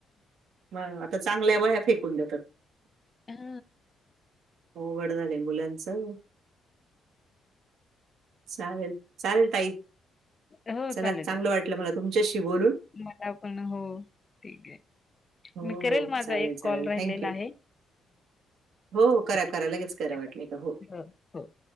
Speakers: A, on the right; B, on the left.
A: मग आता चांगल्या वया फेकून द्या तर,
B: अ हा
A: हो उवघड झालं मुलांचं. चालेल चालेल ताई
B: हो,
A: चला
B: चालेल,
A: चांगलं
B: चालेल.
A: वाटलं मला तुमच्याशी बोलून.
B: मला पण हो ठीक आहे.
A: हो
B: मी करेल
A: हो
B: माझा
A: चालेल
B: एक
A: चालेल
B: कॉल राहिलेला
A: थँक्यू
B: आहे
A: हो करा
B: ठीक
A: करा लगेच करा
B: आहे.
A: वाटलंय का हो.
B: हो